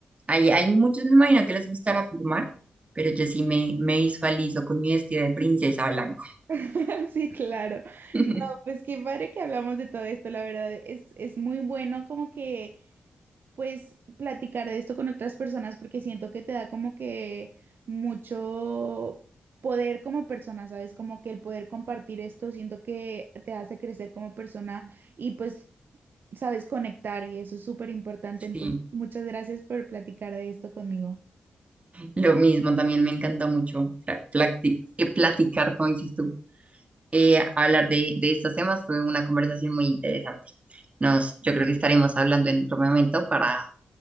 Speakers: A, on the right; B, on the right.
A: Hay, hay muchos, me imagino que les gustará firmar, pero yo sí me, me visualizo con mi vestido de princesa blanco.
B: <laughs> Sí, claro.
A: <laughs>
B: No, pues qué padre que hablamos de todo esto, la verdad es, es muy bueno como que pues platicar de esto con otras personas porque siento que te da como que mucho poder como persona, ¿sabes? Como que el poder compartir esto, siento que te hace crecer como persona y pues sabes conectar y eso es súper importante.
A: Sí,
B: Entonces, muchas gracias por platicar de esto conmigo.
A: lo mismo, también me encanta mucho pla- plati- eh, platicar, como dices tú, eh, hablar de, de estos temas. Fue una conversación muy interesante. Nos, yo creo que estaremos hablando en otro momento para